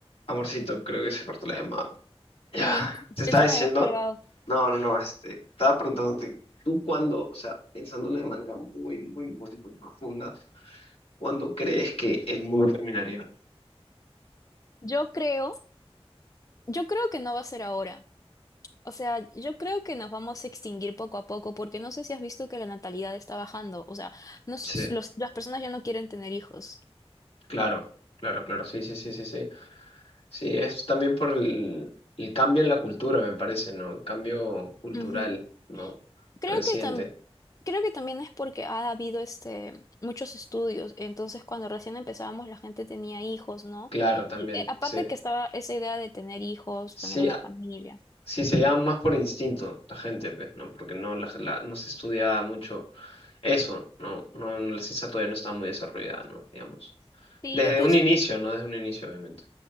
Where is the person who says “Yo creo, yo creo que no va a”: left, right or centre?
Left